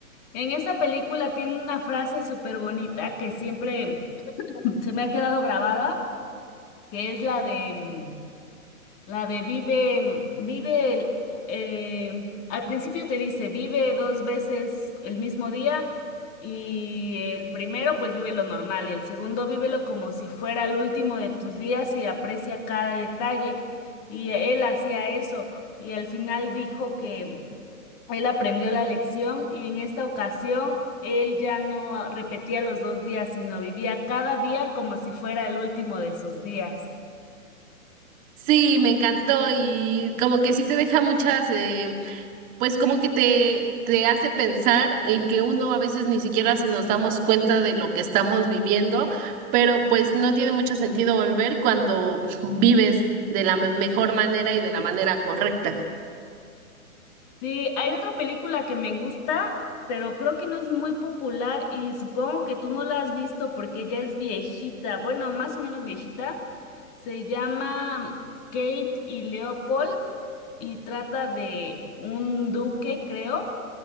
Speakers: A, on the left; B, on the right.
A: En esa película tiene una frase súper bonita que siempre se me ha quedado grabada, que es la de mm, la de vive, mm, vive el- eh, al principio te dice vive dos veces el mismo día y el primero pues vive lo normal y el segundo vívelo como si fuera el último de tus días y aprecia cada detalle y él hacía eso y al final dijo que él aprendió la lección y en esta ocasión él ya no repetía los dos días, sino vivía cada día como si fuera el último de sus días.
B: Sí, me encantó y como que sí te deja muchas eh, pues como que te, te hace pensar en que uno a veces ni siquiera nos damos cuenta de lo que estamos viviendo, pero pues no tiene mucho sentido volver cuando vives de la me- mejor manera y de la manera correcta.
A: Sí, hay otra película que me gusta, pero creo que no es muy popular y supongo que tú no la has visto porque ya es viejita, bueno, más o menos viejita. Se llama Kate y Leopold y trata de un duque, creo